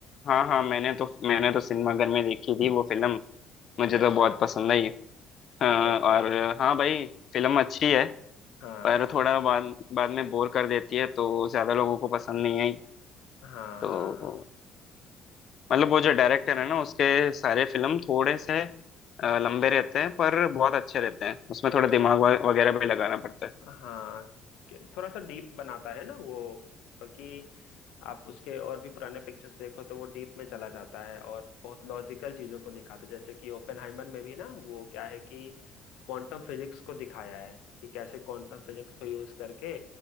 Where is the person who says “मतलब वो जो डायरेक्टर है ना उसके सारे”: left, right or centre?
Left